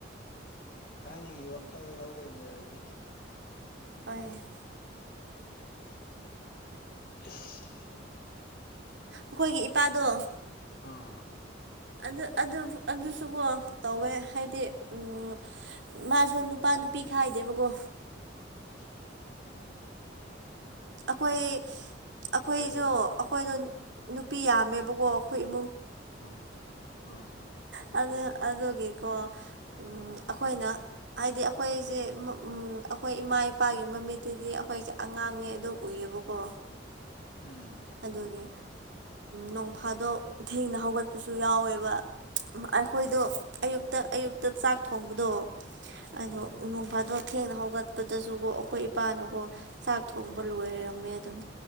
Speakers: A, on the left; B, on the right.
A: ꯊꯥꯏꯅꯒꯤ ꯋꯥꯈꯜ ꯂꯧꯕꯩꯅꯦ ꯑꯗꯨꯗꯤ
B: ꯍꯣꯏ
A: ꯏꯁ
B: ꯑꯈꯣꯏꯒꯤ ꯏꯄꯥꯗꯣ
A: ꯑꯥ
B: ꯑꯗꯨ ꯑꯗꯨꯕꯨ ꯑꯗꯨꯁꯨꯀꯣ ꯇꯧꯋꯦ ꯍꯥꯏꯗꯤ ꯎꯝ ꯃꯥꯁꯨ ꯅꯨꯄꯥ ꯅꯨꯄꯤ ꯈꯥꯏꯗꯦꯕꯀꯣ
A: ꯑꯝ
B: ꯑꯈꯣꯏ ꯑꯈꯣꯏꯖꯨ
A: ꯐꯔꯦ ꯀꯩꯅꯣ
B: ꯑꯈꯣꯏꯗꯣ ꯅꯨꯄꯤ ꯌꯥꯝꯃꯦꯕꯀꯣ ꯑꯈꯣꯏ ꯏꯞ
A: ꯎꯝ ꯎꯝꯎꯝ
B: ꯑꯗ ꯑꯗꯨꯒꯤꯀꯣ ꯎꯝ ꯑꯈ ꯑꯈꯣꯏꯅ ꯍꯥꯏꯗꯤ ꯑꯈꯣꯏꯖꯦ ꯎꯝ ꯃ ꯎꯝ ꯑꯩꯈꯣꯏ ꯏꯃꯥ ꯏꯄꯥꯒꯤ ꯃꯃꯤꯠꯇꯗꯤ ꯑꯈꯣꯏꯖꯦ ꯑꯉꯥꯡꯅꯦ ꯑꯗꯨ ꯎꯏꯌꯦꯕꯀꯣ
A: ꯎꯝ
B: ꯑꯗꯨꯒꯤ ꯅꯣꯡꯐꯥꯗꯣꯛ ꯊꯦꯡꯅ ꯍꯧꯒꯠꯄꯁꯨ ꯌꯥꯎꯋꯦꯕ ꯎꯝ ꯑꯈꯣꯏꯗꯣ
A: ꯎꯝ
B: ꯑꯌꯨꯛꯇ ꯑꯌꯨꯛꯇ ꯆꯥꯛ ꯊꯣꯡꯕꯗꯣ ꯑꯗꯣ
A: ꯎꯝ
B: ꯅꯣꯡ ꯐꯥꯗꯣꯛ ꯊꯦꯡꯅ ꯍꯧꯒꯠꯄꯗꯁꯨꯒꯣ ꯑꯩꯈꯣꯏ ꯏꯄꯥꯅꯒꯣ ꯆꯥꯛ ꯊꯣꯡꯕ ꯂꯣꯏꯔꯝꯃꯦ ꯑꯗꯨꯝ